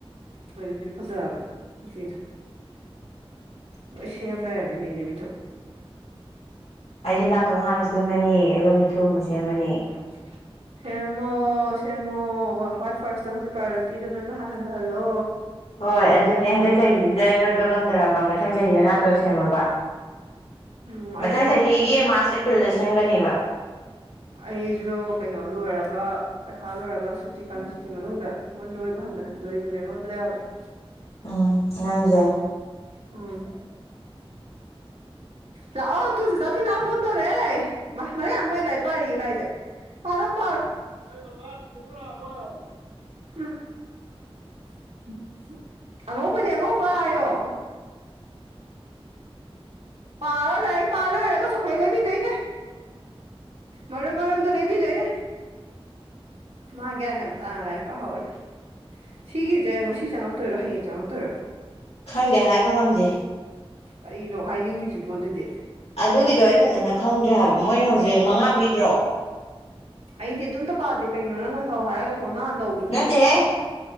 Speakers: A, on the right; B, on the left.
A: ꯍꯧꯖꯤꯛꯀꯤꯗꯨꯗꯤ ꯐꯖꯥꯕꯅꯤ ꯅꯨꯄꯤꯗꯣ ꯂꯣꯏ ꯁꯦꯝ ꯂꯩꯔꯝꯃꯤ ꯃꯤꯗꯤ ꯃꯤꯊꯨꯞ
B: ꯑꯩꯗꯤ ꯅꯥꯇꯣꯟ ꯍꯥꯟꯅ ꯁꯦꯝꯃꯅꯤ ꯑꯗꯨꯒ ꯃꯤꯊꯨꯞ ꯑꯃꯨꯛ ꯁꯦꯝꯃꯅꯤ
A: <inaudible> ꯁꯦꯝꯃꯣ ꯁꯦꯝꯦꯃꯣ ꯈꯋꯥꯏ ꯐꯥꯔꯁꯇ ꯍꯧꯖꯤꯛ ꯄ꯭ꯔꯥꯏꯌꯣꯔꯤꯇꯤꯗꯣ ꯅꯣꯏꯕ ꯍꯥꯟ ꯍꯟꯊꯍꯜꯂꯣ
B: ꯍꯣꯏ ꯑꯗꯨꯅꯦ ꯍꯟꯗꯛ ꯆꯍꯤꯁꯤꯗ ꯅꯣꯏꯕ ꯀꯪꯗꯔꯕ ꯃꯊꯪ ꯆꯍꯤꯅ ꯅꯥꯇꯣꯟ ꯁꯦꯝꯃꯕ
A: ꯎꯝ
B: ꯃꯊꯪ
A: ꯑꯩꯁꯨ
B: ꯆꯍꯤꯒꯤ ꯃꯥꯔꯁ ꯑꯦꯄ꯭ꯔꯤꯜꯗ ꯁꯦꯝꯒꯅꯦꯕ
A: ꯑꯩꯖꯨ ꯀꯩꯅꯣ ꯂꯣꯏꯔꯒ ꯄꯩꯈꯥ ꯂꯣꯏꯔꯒ ꯁꯨꯇꯤ ꯀꯥꯂꯦꯟ ꯁꯨꯇꯤ ꯃꯅꯨꯡꯗ ꯍꯣꯏ ꯅꯣꯏꯕ ꯍꯟꯗꯍꯟꯗꯣꯔꯤꯕꯅꯦ ꯅꯣꯏꯕꯗ ꯌꯥꯗ꯭ꯔꯦ
B: ꯎꯝ ꯅꯪꯖꯦ
A: ꯎꯝ ꯂꯥꯛꯑꯣ ꯇꯨ ꯆꯥꯆꯥ ꯊꯤꯅ ꯐꯣꯟ ꯇꯧꯔꯦ ꯃꯥ ꯃꯔꯝ ꯌꯥꯝ ꯃꯣꯑꯦ ꯂꯥꯏꯔꯤꯛ ꯄꯥꯔꯤ ꯂꯥꯏꯖꯥ ꯄꯔꯣ ꯄꯔꯣ <unintelligible> ꯑꯉꯧꯕꯗꯤ ꯑꯉꯧꯕ ꯍꯥꯏꯌꯣ ꯄꯥꯔꯣ ꯂꯥꯔꯤꯛꯏ ꯄꯥ ꯂꯣꯏꯔꯒ ꯆꯣꯀꯦꯂꯦꯠ ꯂꯩꯕꯤꯗꯣꯏꯅꯤ ꯃꯔꯨꯝ ꯃꯔꯨꯝꯝꯗꯣ ꯂꯩꯕꯤꯗꯣꯏꯅꯦ ꯃꯥ ꯒ꯭ꯌꯥꯟ ꯌꯝ ꯇꯥꯅ ꯂꯥꯏꯔꯤꯛ ꯄꯥꯍꯧꯔꯤ ꯁꯤꯒꯤꯖꯦ ꯉꯁꯤ ꯆꯪꯉꯛꯇꯣꯏꯔꯣ ꯍꯌꯦꯡ ꯆꯪꯉꯛꯇꯣꯏꯔꯣ
B: ꯈꯪꯗꯦ ꯍꯥꯏꯕ ꯉꯝꯗꯦ
A: ꯀꯔꯤꯅꯣ ꯍꯥꯏꯅꯤꯡꯉꯤꯖꯤꯕꯣ ꯑꯗꯨꯗꯤ
B: ꯑꯗꯨꯒꯤꯗꯣ ꯑꯩ ꯐꯖꯅ ꯈꯪꯗ꯭ꯔꯦ ꯍꯥꯏꯕ ꯃꯣꯏ ꯍꯧꯖꯤꯛ ꯃꯉꯥ ꯄꯤꯗ꯭ꯔꯣ
A: ꯑꯩꯗꯤ ꯑꯗꯨꯝꯇ ꯄꯥꯗꯦ ꯀꯩꯅꯣ ꯅꯪ ꯅ ꯊꯥꯎ ꯍꯥꯏꯔꯒ ꯐꯣꯅꯗꯧ
B: ꯅꯠꯇꯦꯍꯦ